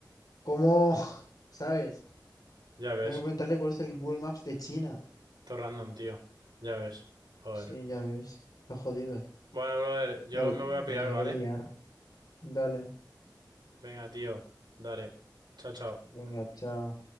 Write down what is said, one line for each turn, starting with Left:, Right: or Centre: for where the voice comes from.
Left: ¿cómo? <laughs> ¿Sabes?
Right: Ya ves,
Left: Tengo que preguntarle cuál es el Google Maps de China.
Right: todo random, tío. Ya ves. Joder.
Left: Sí, ya ves. Lo jodido.
Right: Bueno, brother, yo
Left: Me,
Right: me voy a pirar,
Left: me la quería
Right: ¿vale?
Left: liar. Dale.
Right: Venga, tío, dale. Chao, chao.
Left: Venga, chao.